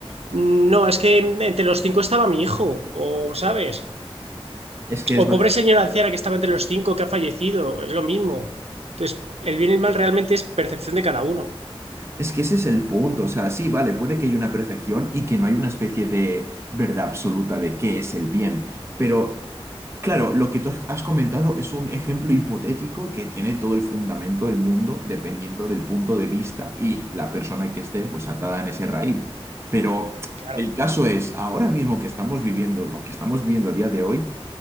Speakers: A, on the right; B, on the right.
A: no, es que entre los cinco estaba mi hijo, o sabes.
B: Es que, es,
A: O
B: bast-
A: pobre señora anciana que estaba entre los cinco que ha fallecido, es lo mismo. Entonces, el bien y el mal realmente es percepción de cada uno,
B: es que ese es el punto. O sea, sí, vale, puede que haya una perfección y que no hay una especie de verdad absoluta de qué es el bien. Pero, claro, lo que tú has comentado es un ejemplo hipotético que tiene todo el fundamento del mundo dependiendo del punto de vista y la persona que esté pues atada en ese raíl. Pero
A: claro.
B: el caso es, ahora mismo que estamos viviendo lo que estamos viviendo a día de hoy,